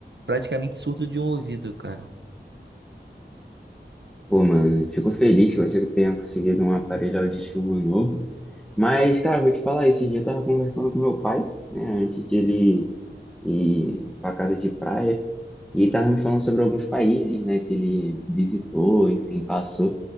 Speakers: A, on the right; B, in the centre.
A: praticamente surdo de um ouvido, cara.
B: Pô, mano, fico feliz que você tenha conseguido um aparelho auditivo novo. Mas, cara, vou te falar, esse dia eu tava conversando com meu pai, né, antes de ele ir pra casa de praia, e ele tava me falando sobre alguns países, né, que ele visitou, enfim, passou.